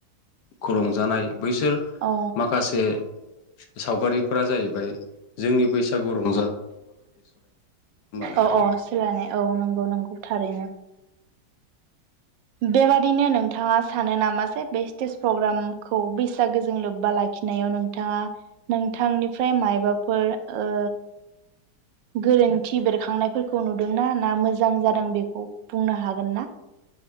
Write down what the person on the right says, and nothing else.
औ
अ' अ' सोलायनाय औ नंगौ नंगौ थारैनो। बेबादिनो नोंथाङा सानो नामा जे बे स्टेज प्रग्रामखौ बैसागोजों लोब्बा लाखिनायाव नोंथाङा नोंथांनिफ्राय मायबाफोर ओ गोरोन्थि बेरखांनायफोरखौ नुदोंना ना मोजां जादों बेखौ बुंनो हागोन ना?